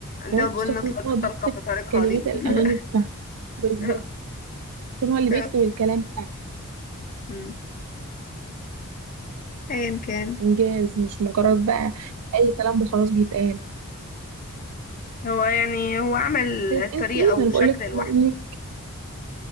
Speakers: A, on the left; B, on the right.
A: اللي
B: كمان
A: هو بيقول
B: خصوصا
A: نطلق
B: ان هو بيكتب
A: طلقه في طريقها
B: كلمات
A: دي
B: الاغاني
A: <laughs>
B: بتاعته بالظبط.
A: آه،
B: عشان هو اللي
A: آه.
B: بيكتب الكلام بتاع
A: مم. ايا كان
B: انجاز مش مجرد بقى اي كلام وخلاص بيتقال
A: هو يعني هو عمل
B: طيب انتي
A: طريقة وشكل
B: ما انا بقول لك
A: لوحده
B: بما انك